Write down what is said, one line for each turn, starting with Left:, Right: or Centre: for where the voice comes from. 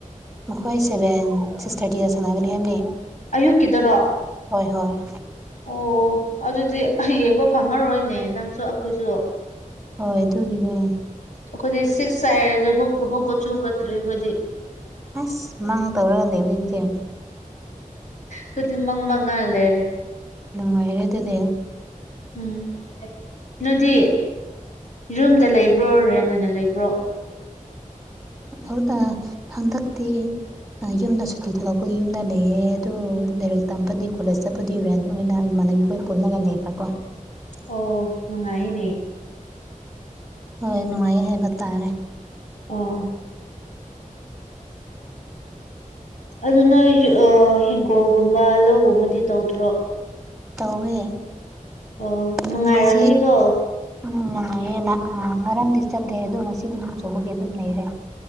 Centre: ꯃꯈꯣꯏ ꯁꯦꯚꯦꯟ ꯁꯤꯛꯁ ꯊꯥꯔꯇꯤꯗ ꯁꯅꯒꯅꯤ ꯍꯥꯏꯕꯅꯦ
Left: ꯑꯌꯨꯛꯀꯤꯗꯔꯣ
Centre: ꯍꯣꯏ ꯍꯣꯏ
Left: ꯑꯣ ꯑꯗꯨꯗꯤ ꯌꯦꯡꯕ ꯐꯪꯉꯔꯣꯏꯅꯦ ꯅꯪꯁꯨ ꯑꯩꯈꯣꯏꯁꯨ
Centre: ꯍꯣꯏ ꯑꯗꯨꯒꯤꯅꯦ
Left: ꯑꯈꯣꯏꯗꯤ ꯁꯤꯛꯁ ꯍꯥꯏꯔꯖꯨ ꯍꯧ ꯍꯧꯒꯠꯁꯨ ꯍꯧꯒꯠꯇ꯭ꯔꯤ ꯑꯩꯈꯣꯏꯗꯤ
Centre: ꯑꯁ ꯃꯪ ꯇꯧꯔꯒ ꯂꯩꯕꯅꯦ ꯑꯗꯨꯗꯤ
Left: ꯈꯣꯏꯗꯤ ꯃꯪ ꯃꯪꯉꯒ ꯂꯩꯔꯦ
Centre: ꯅꯨꯡꯉꯥꯏꯔꯦ ꯑꯗꯨꯗꯤ
Left: ꯎꯝ ꯅꯣꯏꯗꯤ ꯌꯨꯝꯗ ꯂꯩꯕ꯭ꯔꯣ ꯔꯦꯟ ꯑꯣꯏꯅ ꯂꯩꯕ꯭ꯔꯣ
Centre: ꯍꯧ ꯑꯥ ꯍꯟꯗꯛꯇꯤ ꯌꯨꯝꯗ ꯁꯨꯇꯤ ꯊꯣꯛꯂꯛꯄꯒꯤ ꯌꯨꯝꯗ ꯂꯩꯌꯦ ꯑꯗꯨ ꯂꯥꯏꯔꯤꯛ ꯇꯝꯕꯗꯤ ꯀꯣꯂꯦꯖ ꯆꯠꯄꯗꯤ ꯔꯦꯟ ꯑꯣꯏꯅ ꯏꯃꯥꯟꯅꯕꯤ ꯈꯣꯏ ꯄꯨꯜꯂꯒ ꯂꯩꯕꯀꯣ
Left: ꯑꯣ ꯅꯨꯡꯉꯥꯏꯌꯦꯅꯦ
Centre: ꯍꯣꯏ ꯅꯨꯡꯉꯥꯏꯌꯦ ꯍꯥꯏꯕ ꯇꯥꯔꯦ
Left: ꯑꯣ ꯑꯗꯨ ꯅꯣꯏ ꯑꯥ ꯍꯤꯡꯒꯣꯜꯒꯨꯝꯕ ꯂꯧꯒꯨꯝꯕꯗꯤ ꯇꯧꯗ꯭ꯔꯣ
Centre: ꯇꯧꯋꯦ
Left: ꯑꯣ
Centre: ꯑꯗꯣ
Left: ꯅꯨꯡꯉꯥꯏꯔꯝꯅꯤꯀꯣ
Centre: ꯉꯁꯤ ꯎꯝ ꯅꯨꯡꯉꯥꯏꯌꯦꯅ ꯑꯥ ꯉꯔꯥꯡꯗꯤ ꯆꯠꯂꯦ ꯑꯗꯨ ꯉꯁꯤ ꯅꯣꯡ ꯆꯨꯕꯒꯤ ꯑꯗꯨꯝ ꯂꯩꯔꯦ